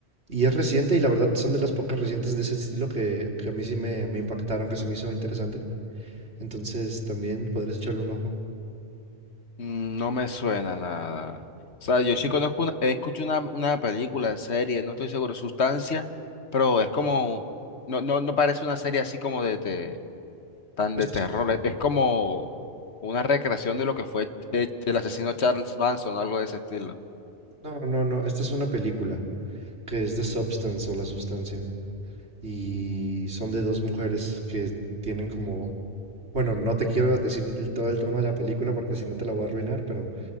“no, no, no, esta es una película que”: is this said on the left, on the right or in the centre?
Right